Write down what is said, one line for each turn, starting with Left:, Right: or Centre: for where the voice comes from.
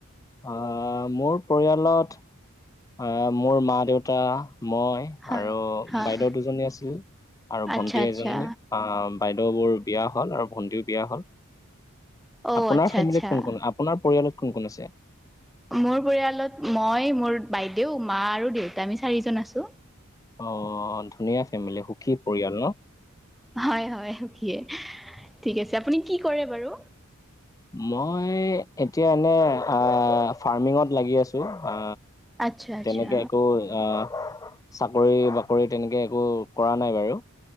Left: অ মোৰ পৰিয়ালত অ মোৰ মা দেউতা মই
Centre: হয়
Left: আৰু
Centre: হয়
Left: বাইদেউ দুজনী আছিল, আৰু
Centre: আচ্ছা
Left: ভন্টি
Centre: আচ্ছা
Left: এজনী আ বাইদেউবোৰ বিয়া হল আৰু ভন্টিও বিয়া হ'ল
Centre: অঁ
Left: আপোনাৰ
Centre: আচ্ছা
Left: ফেমিলত
Centre: আচ্ছা
Left: কোন কোন আপোনাৰ পৰিয়ালত কোন কোন আছে?
Centre: মোৰ পৰিয়ালত মই মোৰ বাইদেউ মা আৰু দেউতা আমি চাৰিজন আছো।
Left: অ ধুনীয়া ফেমিলি সুখী পৰিয়াল ন?
Centre: হয়-হয় সুখিয়ে। ঠিক আছে আপুনি কি কৰে বাৰু?
Left: মই এতিয়া এনে আ ফাৰ্মিঙত লাগি আছো, আ আ
Centre: আচ্ছা আচ্ছা
Left: তেনেকে একো আ চাকৰি-বাকৰি তেনেকে একো কৰা নাই বাৰু।